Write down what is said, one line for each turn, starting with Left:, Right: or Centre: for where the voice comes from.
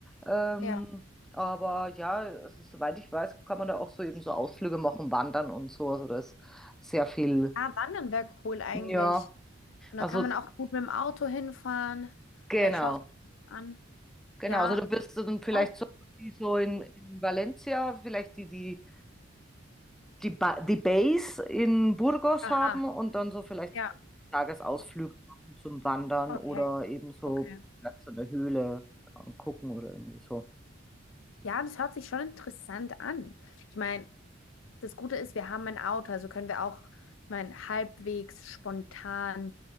Centre: Ähm,
Left: Ja,
Centre: aber ja, also, soweit ich weiß, kann man da auch so eben so Ausflüge machen, wandern und so. Also da ist sehr viel,
Left: Ja, Wandern wäre cool eigentlich.
Centre: ja,
Left: Und
Centre: also
Left: dann kann man auch gut mit dem Auto hinfahren.
Centre: genau,
Left: Vielleicht schaust du das an.
Centre: genau.
Left: Ja.
Centre: Also du wirst du dann vielleicht
Left: Oh.
Centre: so, wie so in, in Valencia, vielleicht die, die die, ba die Base in Burgos
Left: Aha.
Centre: haben und dann so vielleicht
Left: Ja.
Centre: Tagesausflüge machen zum Wandern
Left: Okay.
Centre: oder eben so
Left: Okay.
Centre: Platz in der Höhle angucken oder irgendwie so.
Left: Ja, das hört sich schon interessant an. Ich meine, das Gute ist, wir haben ein Auto, also können wir auch, ich meine, halbwegs spontan